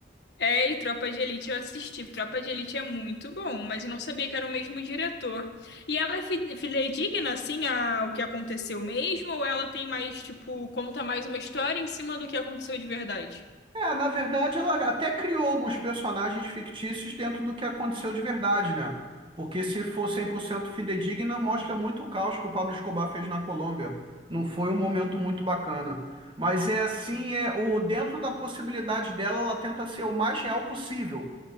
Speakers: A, on the left; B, on the right.
A: É, e Tropa de Elite eu assisti. Tropa de Elite é muito bom, mas eu não sabia que era o mesmo diretor. E ela é fi- fidedigna, assim, ao que aconteceu mesmo, ou ela tem mais, tipo, conta mais uma história em cima do que aconteceu de verdade?
B: É, na verdade, ela até criou alguns personagens fictícios dentro do que aconteceu de verdade, né? Porque se for 100% fidedigna, mostra muito o caos que o Pablo Escobar fez na Colômbia. Não foi um momento muito bacana. Mas é assim, é o dentro da possibilidade dela, ela tenta ser o mais real possível.